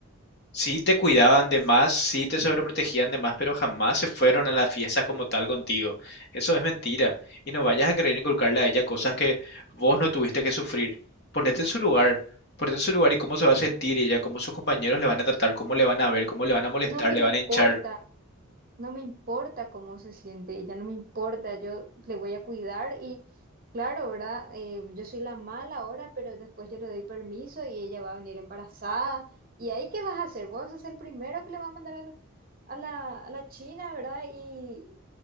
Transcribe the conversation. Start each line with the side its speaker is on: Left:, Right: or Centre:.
Left: Sí te cuidaban
Right: claro
Left: de
Right: que sí,
Left: más, sí te sobreprotegían de más, pero jamás se fueron a las fiestas como tal contigo. Eso es mentira. Y no vayas a querer inculcarle a ella cosas que vos no tuviste que sufrir. Ponete en su lugar, ponete en su lugar y cómo se va a sentir ella, cómo sus compañeros le van a tratar, cómo le van a ver, cómo le van a molestar,
Right: no me
Left: le
Right: importa,
Left: van a hinchar.
Right: no me importa cómo se siente ella, no me importa, yo le voy a cuidar y claro, ¿verdad? Eh, yo soy la mala ahora, pero después yo le doy permiso y ella va a venir embarazada. ¿Y ahí qué vas a hacer? Vos sos el primero que le va a mandar a la, a la, a la China, ¿verdad? Y